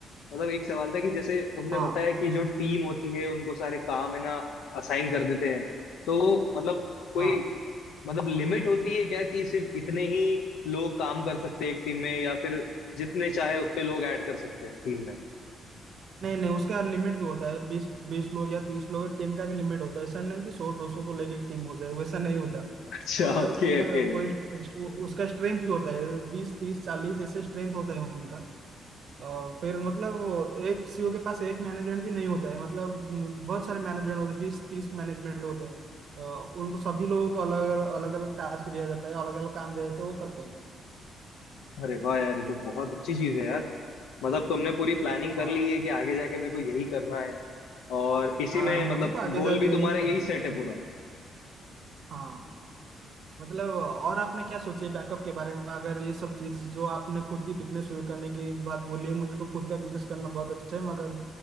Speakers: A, on the left; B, on the right.
A: मतलब एक सवाल था कि जैसे तुमने
B: हाँ
A: बताया कि जो टीम होती है उनको सारे काम है ना असाइन कर देते हैं तो वो मतलब कोई
B: हाँ
A: मतलब लिमिट होती है क्या कि सिर्फ इतने ही लोग काम कर सकते हैं एक टीम में या फिर जितने चाहे उतने लोग ऐड कर सकते हैं टीम में <laughs>
B: नहीं नहीं उसका लिमिट भी होता है बीस बीस लोग या तीस लोग टीम का भी लिमिट होता है ऐसा नहीं कि सौ दो सौ को लेके टीम हो जाए वैसा नहीं होता
A: अच्छा
B: मतलब
A: ओके
B: उनका
A: ओके
B: कोई स्ट- उसका स्ट्रेंथ भी होता है बीस तीस चालीस ऐसे स्ट्रेंथ होता है उनका अ, फिर मतलब वो एक सीईओ के पास एक मैनेजमेंट भी नहीं होता है मतलब न, बहुत सारे मैनेजमेंट होते हैं बीस तीस मैनेजमेंट होते हैं अ, उनको सभी लोगों को अलग अलग अलग अलग टास्क दिया जाता है अलग अलग काम दिया जाता है वो करते हैं
A: अरे वाह यार ये तो बहुत अच्छी चीज है यार मतलब तुमने पूरी प्लानिंग
B: हाँ
A: कर ली है कि आगे जाके मेरे को यही करना है और इसी
B: आ,
A: में
B: मुझे
A: मतलब
B: तो आगे
A: गोल
B: जाके
A: भी तुम्हारा
B: यही करना
A: यही सेट
B: है हम्म,
A: है पूरा
B: हाँ मतलब और आपने क्या सोचे बैकअप के बारे में अगर ये सब चीज जो आपने खुद की बिजनेस शुरू करने की बात बोली है मुझे तो खुद का बिजनेस करना बहुत अच्छा है मगर